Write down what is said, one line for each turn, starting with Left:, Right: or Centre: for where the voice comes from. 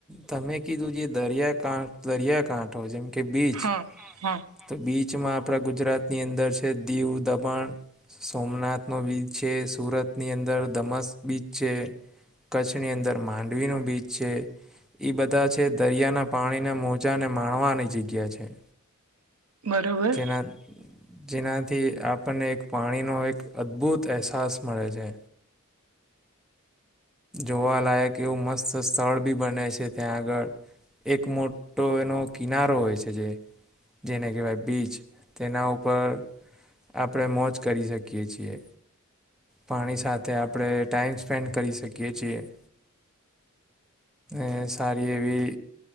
Centre: તમે કીધું જે દરિયા દરિયાકાંઠો જેમ કે બીચ
Right: હા હા
Centre: તો બીચમાં આપણા ગુજરાતની અંદર છે દીવ દમણ સોમનાથનો બીચ છે સુરતની અંદર ધમસ બીચ છે કચ્છની અંદર માંડવીનો બીચ છે. એ બધા છે દરિયાના પાણીના મોજાને માણવાની જગ્યા છે.
Right: બરોબર
Centre: જેના જેનાથી આપણને એક પાણીનો એક અદ્ભુત અહેસાસ મળે છે. જોવાલાયક એવું મસ્ત સ્થળ બી બને છે. ત્યાં આગળ એક મોટો એનો કિનારો હોય છે જે જેને કહેવાય બીચ તેના ઉપર આપણે મોજ કરી શકીએ છીએ. પાણી સાથે આપણે ટાઈમ સ્પેન્ડ કરી શકીએ છીએ. એજ તારી એવી